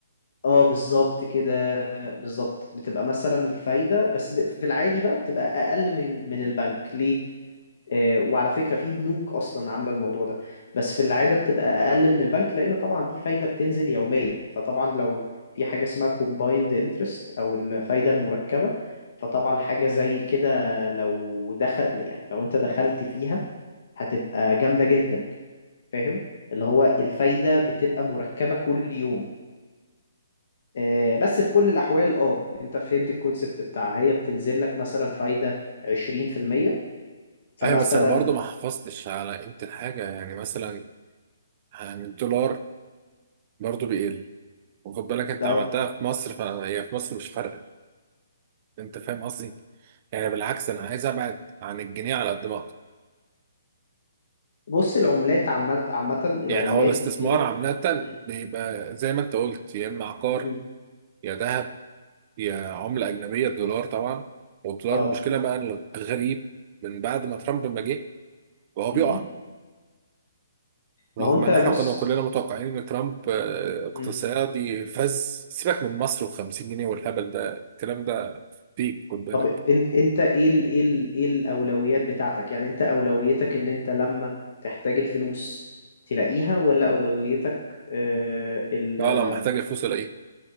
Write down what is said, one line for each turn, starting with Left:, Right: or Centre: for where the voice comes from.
Left: اه بالظبط كده آه، بالظبط بتبقى مثلا الفايدة بس ب- في العادي بقى بتبقى اقل من من البنك ليه؟ آه، وعلى فكرة في بنوك أصلا عاملة الموضوع ده بس في العادة بتبقى أقل من البنك لأن طبعا دي فايدة بتنزل يومية فطبعا لو في حاجة اسمها combined interest أو الفايدة المركبة فطبعا حاجة زي كده لو دخل يعني لو أنت دخلت فيها هتبقى جامدة جدا فاهم اللي هو الفايدة بتبقى مركبة كل يوم آه، بس في كل الأحوال اه انت فهمت الكونسبت بتاعها هي بتنزل لك مثلا فايدة 20% فمثلا
Right: ايوه بس انا برضو ما حافظتش على قيمة الحاجة يعني مثلا عن الدولار برضو بيقل وخد بالك انت
Left: اه
Right: عملتها في مصر فهي في مصر مش فارقه انت فاهم قصدي يعني بالعكس انا عايز ابعد عن الجنيه على قد ما اقدر
Left: بص العملات عامة عامة العملات
Right: يعني هو الاستثمار
Left: ديت
Right: عامه
Left: مم.
Right: بيبقى زي ما انت قلت يا اما عقار
Left: مم.
Right: يا ذهب يا عمله اجنبيه الدولار طبعا والدولار
Left: اه
Right: المشكله بقى إن الغريب من بعد ما ترامب ما جه وهو
Left: مم.
Right: بيقع رغم
Left: ما هو انت
Right: ان
Left: بص
Right: احنا كنا كلنا متوقعين ان ترامب آه، اقتصادي
Left: مم.
Right: فز سيبك من مصر و50 جنيه والهبل ده الكلام ده فيك خد بالك
Left: طب انت انت ايه ال ايه ال ايه الاولويات بتاعتك يعني انت اولويتك ان انت لما تحتاج الفلوس تلاقيها ولا اولويتك آه ال
Right: لا
Left: آه،
Right: لا محتاج الفلوس ولا ايه